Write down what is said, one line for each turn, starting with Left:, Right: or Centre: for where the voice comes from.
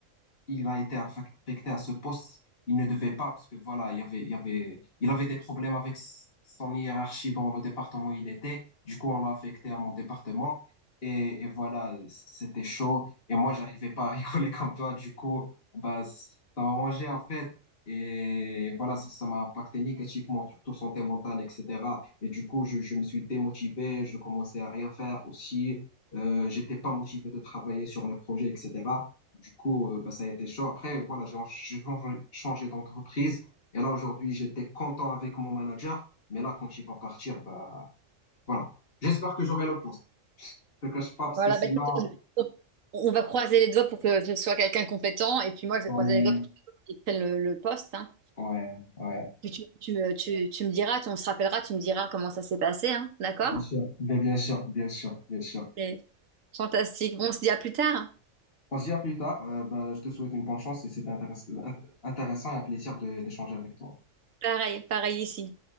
Left: il a été affac- affecté à ce poste. Il ne devait pas parce que voilà, il y avait, il y avait, il avait des problèmes avec s- son hiérarchie dans le département où il était. Du coup, on l'a affecté à mon département. Et, et voilà, c- c'était chaud. Et moi, j'arrivais pas à <laughs> rigoler comme toi. Du coup, bah, ça m'a arrangé en fait. Et voilà, ça, ça m'a impacté négativement, surtout santé mentale, etc. Et du coup, je, je me suis démotivé, je commençais à rien faire aussi. Euh, j'étais pas motivé de travailler sur les projets, etc. Du coup, euh, bah, ça a été chaud. Après, voilà, j'ai en- j'ai changé changé d'entreprise. Et là, aujourd'hui, j'étais content avec mon manager. Mais là, quand il va partir, bah, voilà. J'espère que j'aurai le poste. Je te cache pas parce
Right: Voilà,
Left: que sinon,
Right: bah, écoute, on on va croiser les doigts pour que ce soit quelqu'un de compétent, et puis moi, je
Left: ouais,
Right: vais croiser les doigts pour qu'il prenne le, le poste, hein.
Left: ouais, ouais.
Right: Puis tu, tu, me, tu, tu me diras, tu, on se rappellera, tu me diras comment ça s'est passé, hein, d'accord?
Left: Bien sûr, bien, bien sûr, bien sûr, bien sûr.
Right: C'est fantastique. Bon, on se dit à plus tard. hein.
Left: On se dit à plus tard. Euh, ben, je te souhaite une bonne chance et c'était intéress- int- intéressant et un plaisir de- d'échanger avec toi.
Right: Pareil, pareil ici.